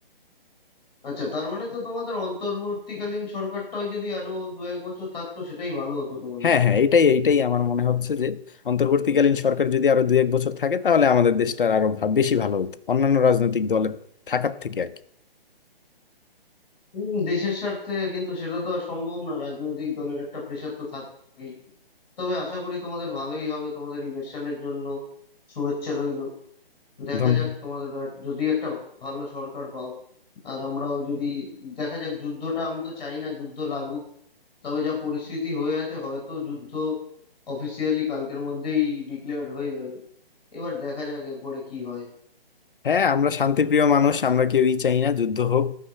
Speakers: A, on the left (about 45°); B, on the left (about 60°).
A: আচ্ছা তার মানে তো তোমাদের অন্তর্বর্তীকালীন সরকারটাও যদি আরো দু এক বছর থাকতো সেটাই ভালো হতো তোমাদের
B: হ্যাঁ
A: জন্য
B: হ্যাঁ এটাই এটাই আমার মনে হচ্ছে যে অন্তর্বর্তীকালীন সরকার যদি আরো দুই এক বছর থাকে তাহলে আমাদের দেশটার আরো ভা- বেশি ভালো হতো অন্যান্য রাজনৈতিক দলের থাকার থেকে আর কি
A: উম, দেশের স্বার্থে কিন্তু সেটা তো আর সম্ভব না রাজনৈতিক দলের একটা প্রেশার তো থাকেই তবে আশা করি তোমাদের ভালোই হবে তোমাদের ইলেকশনের জন্য শুভেচ্ছা রইল দেখা
B: ধন্য-
A: যাক তোমাদের রা- যদি একটা ভালো সরকার পাও আর আমরাও যদি দেখা যাক যুদ্ধটা আমি তো চাই না যুদ্ধ লাগুক তবে যা পরিস্থিতি হয়ে আছে হয়তো যুদ্ধ অফিসিয়ালি কালকের মধ্যেই ডিক্লেয়ার্ড হয়ে যাবে এবার দেখা যাক এরপরে কি হয়
B: হ্যাঁ আমরা শান্তিপ্রিয় মানুষ আমরা কেউই চাই না যুদ্ধ হোক